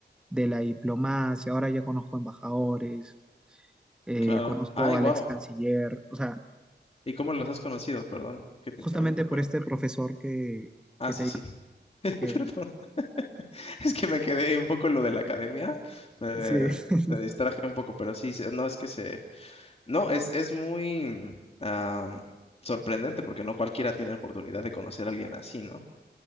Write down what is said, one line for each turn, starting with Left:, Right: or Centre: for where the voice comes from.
Centre: de la diplomacia. Ahora ya conozco embajadores, eh,
Left: claro.
Centre: conozco
Left: Ay,
Centre: al
Left: wow.
Centre: ex canciller, o sea,
Left: ¿Y cómo los has conocido? Perdón que te
Centre: justamente
Left: interrumpa,
Centre: por
Left: pero.
Centre: este profesor que,
Left: Ah,
Centre: que
Left: sí,
Centre: te
Left: sí. <laughs>
Centre: que,
Left: Perdón. <laughs> Es que me quedé un poco en lo de la academia, eh,
Centre: sí, <laughs>
Left: me distraje un poco, pero sí, se- no, es que se... No, es, es muy mm, am, sorprendente porque no cualquiera tiene la oportunidad de conocer a alguien así, ¿no?